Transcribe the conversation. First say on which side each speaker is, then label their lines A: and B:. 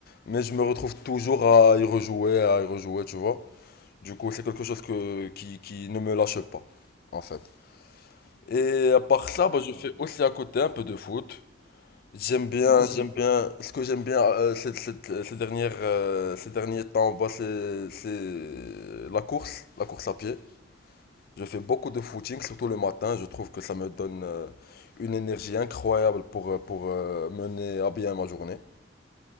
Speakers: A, on the left; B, on the left.
A: mais je me retrouve toujours à y rejouer, à y rejouer, tu vois. Du coup, c'est quelque chose que, qui, qui ne me lâche pas, en fait. Et à part ça,
B: D'accord.
A: bah, je fais aussi à côté un peu de foot. J'aime bien,
B: Moi aussi.
A: j'aime bien, ce que j'aime bien euh, ces, ces- ces dernières, euh, ces derniers temps, bah, c'est, c'est la course, la course à pied. Je fais beaucoup de footing, surtout le matin. Je trouve que ça me donne euh, une énergie incroyable pour, euh, pour euh, mener à bien ma journée.